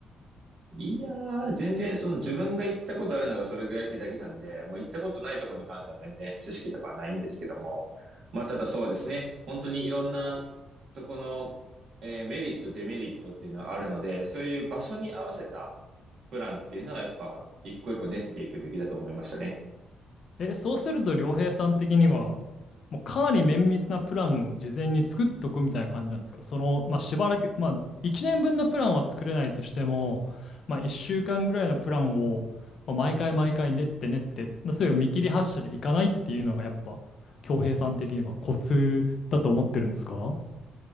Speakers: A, on the right; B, on the left.
A: いやー、全然、その自分が行ったことあるのがそれぐらいってだけなんで、もう行ったことないとこに関しては全然知識とかはないんですけども、まあただそうですね、本当にいろんなとこの、えーメリット、デメリットっていうのはあるので、そういう場所に合わせたプランっていうのはやっぱ一個一個練っていくべきだと思いましたね。
B: え、そうすると良平さん的には、もうかなり綿密なプランを事前に作っとくみたいな感じなんですかその、まあ、しばらく、まあ、1年分のプランは作れないとしても、まあ、1週間ぐらいのプランを、まあ、毎回毎回練って練って、まあそういう見切り発車でいかないっていうのがやっぱ、恭平さん的にはコツだと思ってるんですか